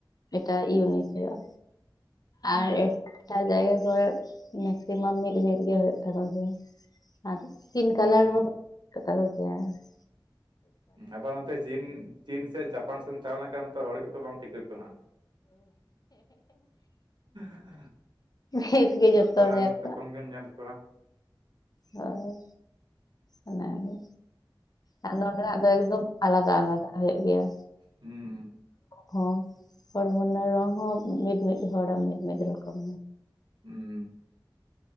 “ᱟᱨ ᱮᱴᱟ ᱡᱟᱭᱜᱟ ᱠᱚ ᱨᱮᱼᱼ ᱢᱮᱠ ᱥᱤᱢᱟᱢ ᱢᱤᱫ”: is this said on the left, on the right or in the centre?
Left